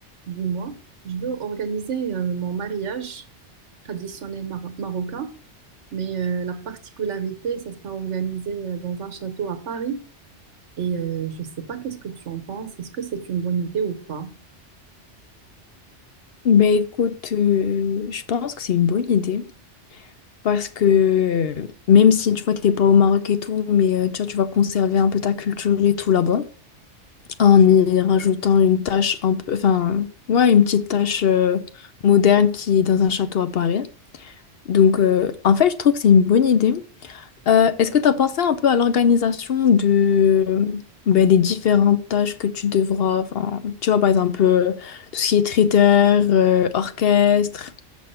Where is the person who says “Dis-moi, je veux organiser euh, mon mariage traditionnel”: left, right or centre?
Right